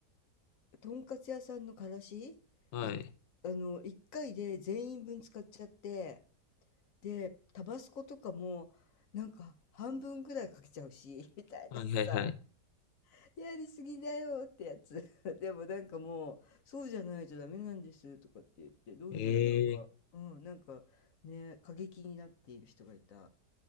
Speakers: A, on the left; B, on the left.
A: う、とんかつ屋さんのからし、
B: はい。
A: い、あの、一回で全員分使っちゃって、で、タバスコとかも、なんか半分ぐらいかけちゃうし、<laughs> みたいなさ。
B: はいはいはい。
A: やりすぎだよってやつ。<laughs> でもなんかもう、そうじゃないとダメなんですとかって言って、どんどんなんか、
B: ええー、
A: うん、なんかね、過激になっている人がいた。